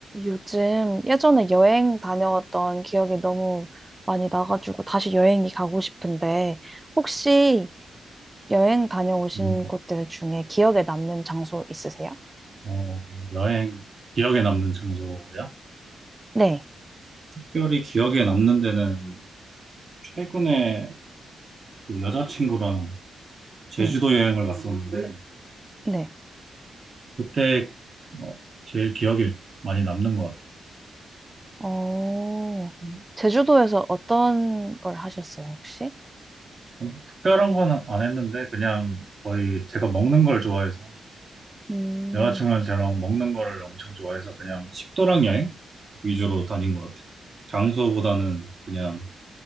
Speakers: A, on the right; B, on the right.
A: 요즘 예전에 여행 다녀왔던 기억이 너무 많이 나가지고 다시 여행이 가고 싶은데 혹시 여행 다녀오신
B: 음,
A: 곳들 중에 기억에 남는 장소 있으세요?
B: 어, 여행, 기억에 남는 장소야?
A: 네,
B: 특별히 기억에 남는 데는 최근에 그 여자친구랑 제주도
A: 네,
B: 여행을 갔었는데,
A: 네.
B: 그때 어, 제일 기억에 많이 남는 것 같아요.
A: 어,
B: 음.
A: 제주도에서 어떤 걸 하셨어요, 혹시?
B: 어, 특별한 건 안 했는데, 그냥 거의 제가 먹는 걸 좋아해서,
A: 음,
B: 여자친구랑 저랑 먹는 거를 엄청 좋아해서 그냥 식도락 여행 위주로 다닌 것 같아요. 장소보다는 그냥